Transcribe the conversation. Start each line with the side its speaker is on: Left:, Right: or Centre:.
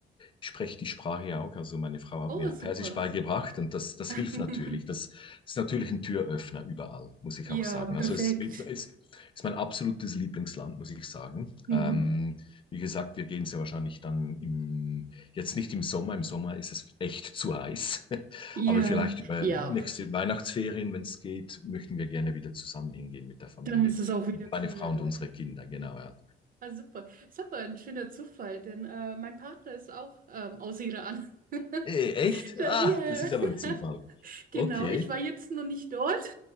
Left: ich spreche die Sprache ja auch. Also meine Frau hat
Right: Oh,
Left: mir
Right: super.
Left: Persisch beigebracht und das, das
Right: <laughs>
Left: hilft natürlich. Das ist natürlich ein Türöffner überall, muss ich
Right: Ja,
Left: auch sagen.
Right: perfekt.
Left: Also es, es, ist mein absolutes Lieblingsland, muss ich sagen.
Right: Mhm.
Left: Ähm, wie gesagt, wir gehen sehr wahrscheinlich dann im, jetzt nicht im Sommer. Im Sommer ist es echt zu heiß. <laughs>
Right: Ja.
Left: Aber vielleicht über
Right: Ja.
Left: nächste Weihnachtsferien, wenn es geht, möchten wir gerne wieder zusammen hingehen mit der Familie.
Right: Dann ist es auch wieder kühler
Left: Meine Frau und
Right: dort.
Left: unsere Kinder, genau, ja.
Right: Ah, super. Ist aber ein schöner Zufall, denn äh, mein Partner ist auch ähm, aus Iran. <laughs>
Left: Nee, echt?
Right: Da,
Left: Ah,
Right: yeah.
Left: das ist aber ein Zufall.
Right: <laughs>
Left: Okay,
Right: Genau, ich war jetzt noch nicht dort,